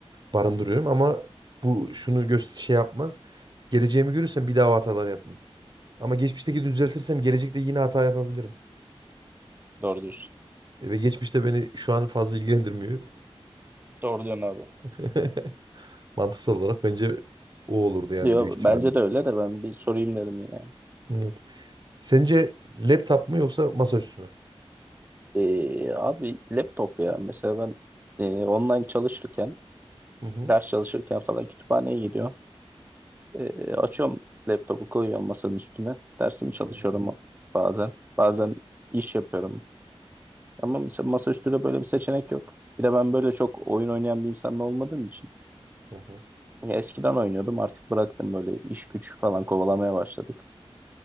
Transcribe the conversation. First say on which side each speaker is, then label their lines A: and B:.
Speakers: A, on the right; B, on the right.
A: barındırıyorum ama bu şunu göster şey yapmaz. Geleceğimi görürsem bir daha hatalar yapmam. Ama geçmişteki düzeltirsem gelecekte yine hata yapabilirim.
B: Doğru diyorsun.
A: Ve geçmişte beni şu an fazla ilgilendirmiyor.
B: Doğru diyorsun abi.
A: <laughs> Mantıksal olarak bence o olurdu yani
B: Diyor,
A: büyük ihtimalle.
B: bence de öyle de ben bir sorayım dedim yine.
A: Evet. Sence laptop mu yoksa masaüstü mü?
B: Ee, abi laptop ya. Mesela ben e, online çalışırken,
A: Hı hı.
B: ders çalışırken falan kütüphaneye gidiyorum. Ee, açıyorum laptopu koyuyorum masanın üstüne. Dersimi çalışıyorum
A: Hı hı.
B: bazen. Bazen iş yapıyorum. Ama mesela masaüstü de böyle bir seçenek yok. Bir de ben böyle çok oyun oynayan bir insan olmadığım için.
A: Hı hı.
B: Ya eskiden oynuyordum artık bıraktım böyle iş güç falan kovalamaya başladık.